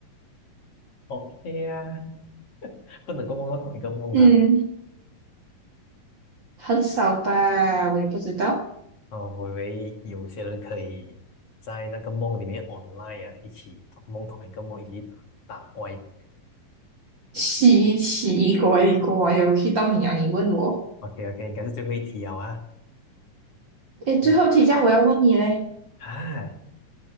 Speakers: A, on the left; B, on the right.
A: ？OK 啊，不能够梦到同一个梦的啊。
B: 嗯，很少吧，我也不知道。
A: 哦我以为有些人可以在那个梦里面 online 啊，一起同梦同一个梦，一起打打怪。
B: 奇奇怪怪有去到你啊？你问我。
A: OK OK，应该是最后一题了啊。
B: 诶，最后提一下，
A: 嗯
B: 我要问你嘞，
A: 啊